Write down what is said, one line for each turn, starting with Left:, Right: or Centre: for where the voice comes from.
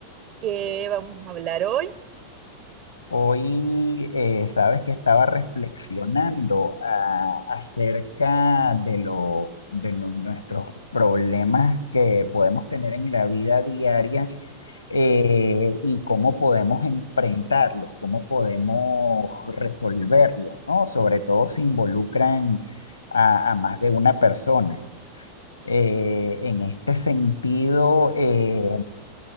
Right: qué vamos a hablar hoy?
Left: Hoy eh, sabes que estaba reflexionando a- acerca de los de nu- nuestros problemas que podemos tener en la vida diaria eh, y cómo podemos enfrentarlos, cómo podemos resolverlos, ¿no? Sobre todo si involucran a a más de una persona. eh, en este sentido, eh,